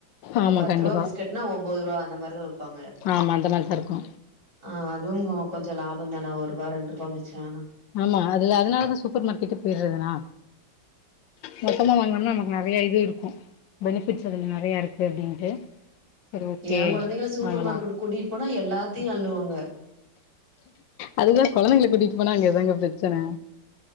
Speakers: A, on the right (about 65°); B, on the left (about 80°).
A: இப்ப
B: ஆமா
A: பத்து
B: கண்டிப்பா
A: ரூவா பிஸ்கட்னா ஒம்போது ரூவா அந்த மாரிதா விப்பாங்க
B: ஆமா அந்த மாரிதா இருக்கு
A: ஆ அதுவும் கொஞ்சோ லாபந் தான ஒரு ரூவா ரெண்டு ரூவா மிச்ச ஆனா
B: ஆமா அதுல அதனாலதா சூப்பர் மார்க்கெட் போயிடுறதுனா மொத்தமா வாங்காம நமக்கு நெறைய இது இருக்கு பெனிஃபிட்ஸ் அதில நெறையா இருக்குது அப்டின்ட்டு சரி ஓகே
A: எ குழந்தைகள சூப்பர்
B: வாங்கலா
A: மார்க்கெட் கூட்டிட்டு போனா எல்லாத்தையு அள்ளுவாங்க
B: அதுதா கொழந்தைங்கள கூட்டிட்டு போனா அங்க இதாங்க பிரெச்சன